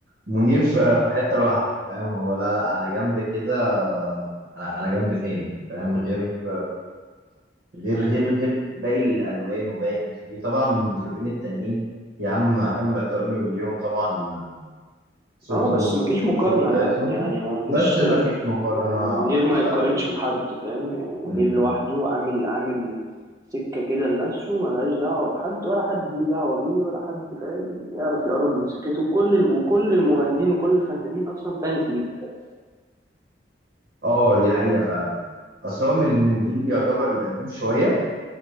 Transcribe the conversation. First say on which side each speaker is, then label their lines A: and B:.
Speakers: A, on the right; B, on the right.
A: منير في في حتة لوحده فاهم هو لا لا على جنب كده على على جنب تاني فاهم غير غير غير غير باقي الألوان وباقي المطربين طبعا المطربين التانيين يا عم مع كامل احترامي ليهم طبعا صوتهم
B: اه بس مفيش
A: والموسيقى
B: مقارنة
A: بتاعتهم
B: يعني يعني مفيش
A: بس ما فيش مقارنة
B: يعني منير
A: الله ينور
B: ما يتقارنش
A: عليك
B: بحد فاهم يعني منير
A: مم.
B: لوحده عامل عامل سكة كده لنفسه ملهاش دعوة بحد ولا حد ليه دعوة بيه ولا حد فاهم يعرف يقرب من سكته وكل ال... وكل المغنيين وكل الفنانين أصلا فانز ليه فاهم
A: اه دي حقيقة فعلا بس هو من من الجيل اللي يعتبر القديم شوية